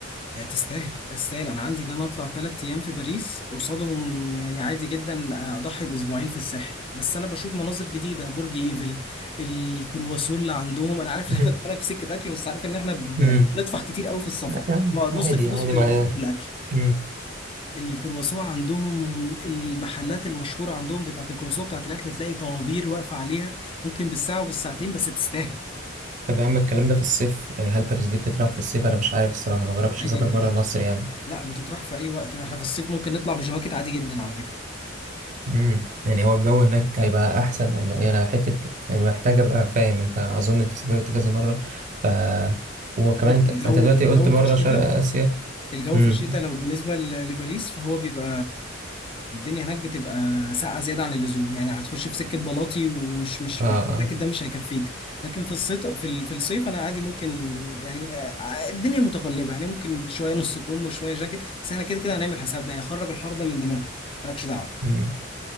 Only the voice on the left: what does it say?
هي تستاهل تستاهل انا عندي ان انا اطلع ثلاث ايام في باريس قصادهم يعني عادي جدا اضحي باسبوعين في الساحل بس انا بشوف مناظر جديده برج ايفل الكرواسون اللي عندهم انا عارف
ان انا بدخلك في سكه اكل بس عارف ان احنا ب-
يعني بندفع كتير قوي في السفر
نص
الفلوس
في
في الاكل
الكرواسون عندهم المحلات المشهورة عندهم بتاعة الكرواسون بتاعة الأكل تلاقي طوابير واقفة عليها ممكن بالساعة وبالساعتين بس تستاهل
عادي
بت...
لا بتطرح في أي وقت احنا في الصيف ممكن نطلع بجواكت عادي جدا على فكرة
بص
الجو
الجو
في الشتاء
الجو
في الشتاء لو بالنسبة ل- لباريس فهو بيبقى الدنيا هناك بتبقى ساقعة زيادة عن اللزوم يعني هتخش في سكة بلاطي ومش مش
الجاكيت ده مش هيكفيك لكن في الصيف في ال- في الصيف أنا عادي ممكن يعني آه، الدنيا متقلبة يعني ممكن شوية نص كم وشوية جاكيت بس احنا كده كده هنعمل حسابنا يعني خرج الحر ده من دماغك مالكش دعوة